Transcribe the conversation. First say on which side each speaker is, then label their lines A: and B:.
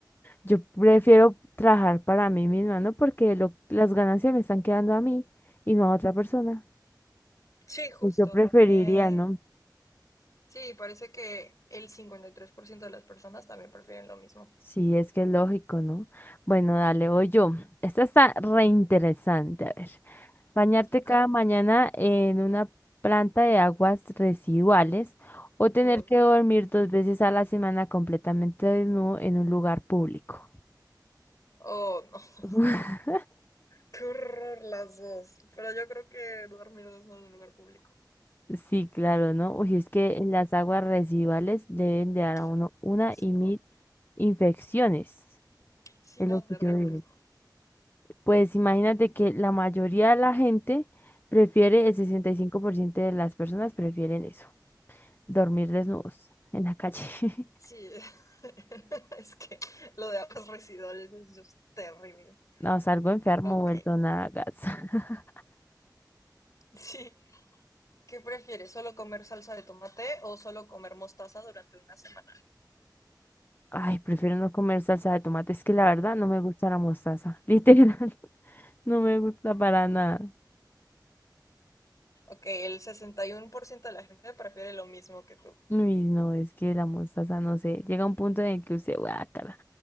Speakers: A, on the left (about 30°); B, on the left (about 50°).
A: yo prefiero trabajar para mí misma, ¿no? Porque lo- las ganancias me están quedando a mí y no a otra persona.
B: Sí, justo.
A: Pues Yo preferiría,
B: Eh,
A: ¿no?
B: sí, parece que el 53% de las personas también prefieren lo mismo.
A: Sí, es que es lógico, ¿no? Bueno, dale, voy yo. Esta está re interesante, a ver. Bañarte
B: ¿Ok?
A: cada mañana en una planta de aguas residuales o tener
B: Oh,
A: que dormir dos veces a la semana completamente desnudo en un lugar público.
B: Oh, no.
A: <laughs>
B: <laughs> Qué horror las dos. Pero yo creo que dormir desnudo en un lugar público.
A: Sí, claro, ¿no? Uy, es que las aguas residuales deben de dar a
B: Sí,
A: uno una
B: qué asco.
A: y mil infecciones,
B: Sí,
A: es
B: no,
A: lo que
B: terrible.
A: yo digo. Pues imagínate que la mayoría de la gente prefiere, el 65% de las personas prefieren eso, dormir desnudos en la calle. <laughs>
B: Sí, <laughs> es que lo de aguas residuales es just terrible.
A: No, salgo enfermo,
B: Ok,
A: vuelto nada, gasa. <laughs>
B: sí. ¿Qué prefieres? ¿Solo comer salsa de tomate o solo comer mostaza durante una semana?
A: Ay, prefiero no comer salsa de tomate. Es que la verdad no me gusta la mostaza. <laughs> Literal, no me gusta para nada.
B: Ok, el sesenta y uno por ciento de la gente prefiere lo mismo que tú.
A: Uy, no, es que la mostaza, no sé. Llega un punto en el que usted, guácala.